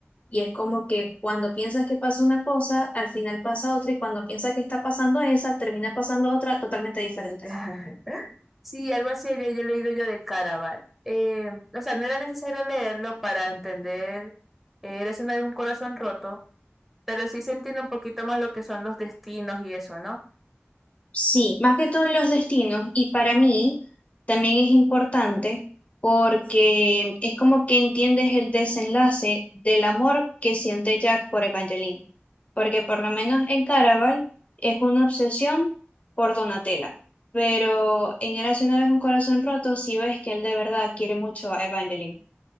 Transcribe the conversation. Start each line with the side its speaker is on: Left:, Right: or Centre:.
Left: Y es como que cuando piensas que pasa una cosa, al final pasa otra, y cuando piensas que está pasando esa, termina pasando otra totalmente diferente.
Centre: <laughs> Sí, algo así había yo leído yo de Caraval. Eh, o sea, no era necesario leerlo para entender eh, Eres una vez un corazón roto, Pero sí se entiende un poquito más lo que son los destinos y eso, ¿no?
Left: Sí, más que todos los destinos. Y para mí también es importante porque es como que entiendes el desenlace del amor que siente Jack por Evangeline. Porque por lo menos en Caraval es una obsesión por Donatella. Pero en Érase una vez un corazón roto, sí ves que él de verdad quiere mucho a Evangeline.